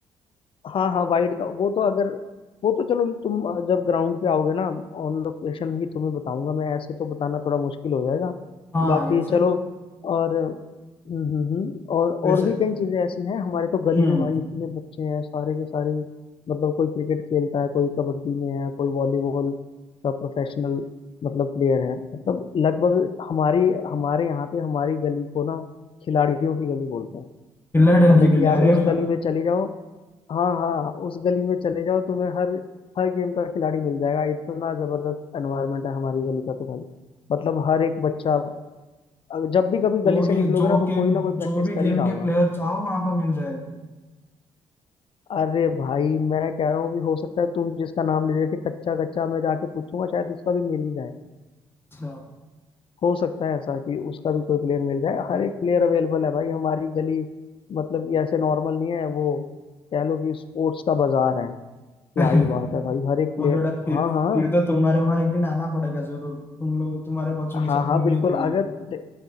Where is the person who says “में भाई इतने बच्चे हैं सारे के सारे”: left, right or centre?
Left